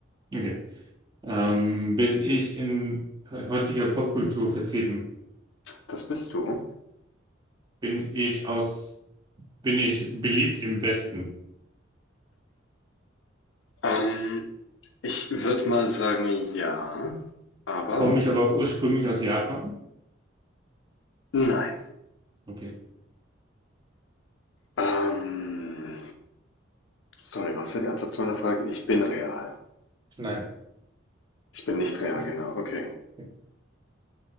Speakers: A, on the right (about 20°); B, on the left (about 70°).
A: Okay. Ähm, bin ich in heutiger Popkultur vertreten?
B: Das bist du.
A: Bin ich aus, bin ich beliebt im Westen?
B: Ähm, ich würde mal sagen, ja. Aber
A: Komme ich aber ursprünglich aus Japan?
B: nein.
A: Okay.
B: Ähm, sorry, was war die Antwort zu meiner Frage? Ich bin real.
A: Nein.
B: Ich bin nicht real,
A: Das-
B: genau. Okay.
A: okay.